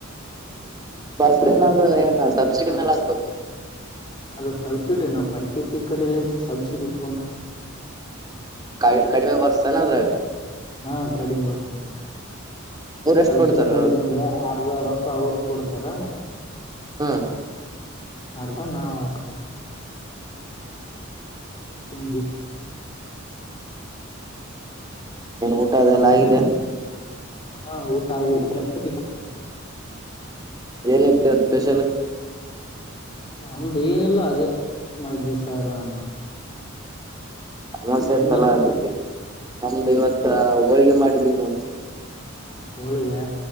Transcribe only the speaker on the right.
ಅ ಏನಾದ್ರೂ ಏನು ಸಬ್ಸಿಡಿ ಮೇಲೆ ಹಾಕಬೇಕು
ಕ ಕಡಿಮೆ ಬರ್ಸ್ತಾನ ಅದ್ರಾಗ
ಅವ್ರ
ಎಷ್ಟ್ ಕೊಡ್ತಾರ
ಹಾ
ಏನ್ ಊಟ ಅದೆಲ್ಲ ಆಗಿದೆ
ಏನಿತ್ತು ಇವತ್ತು ಸ್ಪೆಷಲ್
ಸಮಸೆ
ತಲಾ ಆ ನಮ್ದು ಇವತ್ತ ಹೋಳ್ ಗೆ ಮಾಡಿದ್ದಿನು